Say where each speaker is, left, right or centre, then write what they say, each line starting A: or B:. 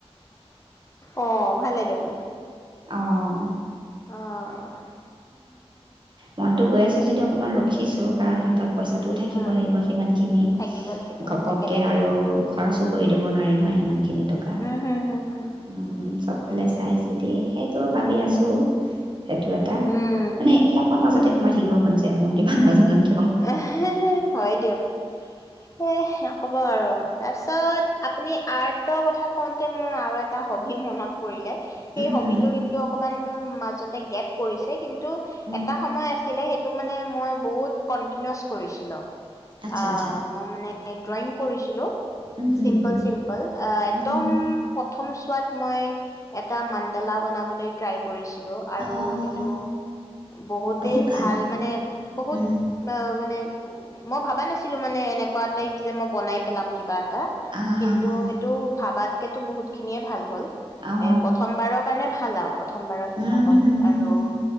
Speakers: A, on the left; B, on the right.
A: অ', ভালেই দেখোন,
B: অঁ
A: অ'।
B: মনতটো গৈ আছে যদি অকণমান ৰখিছো কাৰণ হাতত পইচাটোও থাকিব
A: অ
B: লাগিব সিমান খিনি,
A: থাকিব লাগিব
B: ঘপককে
A: তাকে তাকে
B: আৰু খৰচো কৰি দিব নোৱাৰি নহয়, সিমান খিনি টকা
A: উম হম হম হম
B: উম চবফালে চাই চিটি সেইটো ভাবি আছো। টো সেইটো এটা,
A: উম উম
B: মানে এইবিলাকৰ মাজতে সোমাই থাকিব মন যায় মোৰ কিবা নাজানো। কিয়
A: এহে হয়, দিয়ক এ ক'ব আৰু। তাৰপিছত আপুনি আৰ্টৰ কথা কওঁতে মোৰ আৰু এটা হ'বি মনত পৰিলে। সেই
B: উম,
A: হ'বিটো কিন্তু অক ইমান মোৰ মাজতে গেপ পৰিছে কিন্তু টো
B: উম,
A: এটা সময় আছিলে সেইটো মানে মই বহুত কণ্টিনিউছ কৰিছিলোঁ।
B: আচ্ছা
A: অ',
B: আচ্ছা
A: ম মানে ড্ৰয়িং কৰিছিলো।
B: উম, হুম,
A: চিম্পল,
B: হুম,
A: চিম্পল আহ, একদম
B: উম,
A: ঠম চোৱাত মই এটা মান্ডালা বনাবলৈ ট্ৰাই কৰিছিলোঁ আৰু
B: অঁ
A: সেইটো বহুতেই
B: বহুত
A: ভাল
B: উম,
A: মানে বহুত
B: উম,
A: মানে মই ভাবা নাছিলো। কিন্তু মানে এনেকুৱা টাইম যে মই বনাই এলাৰ্ম কিবা <unintelligible>
B: আহা
A: কিন্তু
B: হা হা হা
A: সেইটো ভাবাত সেইতো বহুত খিনিয়ে ভাল হ'ল।
B: অঁ
A: এ, প্ৰথমবাৰৰ কাৰণে ভা <unintelligible> প্ৰথমবাৰৰ হিচাপত
B: উম, হুম, হুম, হুম,
A: আৰু
B: হুম, হুম,